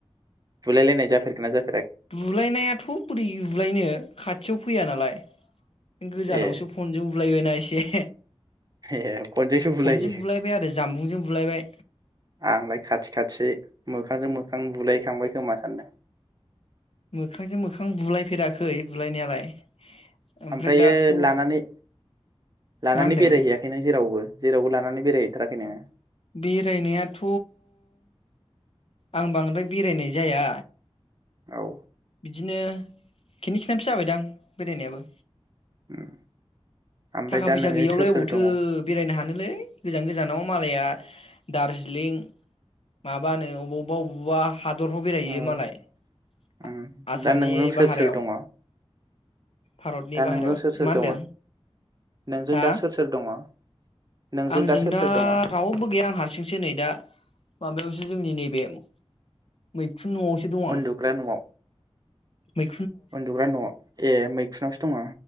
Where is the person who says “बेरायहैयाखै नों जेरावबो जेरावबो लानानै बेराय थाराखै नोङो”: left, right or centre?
Right